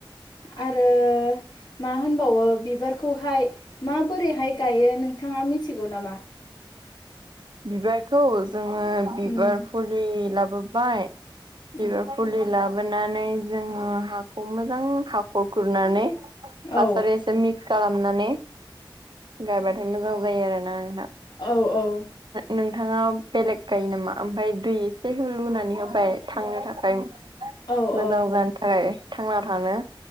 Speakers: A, on the left (about 55°); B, on the right (about 60°).
A: आरो मा होनबावो बिबारखौहाय माबोरैहाय गायो नोंथाङा मिथिगौ नामा?
B: बिबारखौ जोङो बिबार
A: उम
B: फुलि लाबोबाय।
A: उम
B: बिबार फुलि लाबोनानै जोङो हाखौ मोजां हाखर खुरनानै
A: औ
B: हासार एसे मिक्स खालामनानै गायबाथाय मोजां जायो आरोना नोंथां।
A: औ औ।
B: नोंथाङा बेलेग गायो नामा ओमफ्राय दै एसे लुनानै होबाय। थांनो थाखाय मोजां
A: औ औ
B: जानो थाखाय थांना थानो।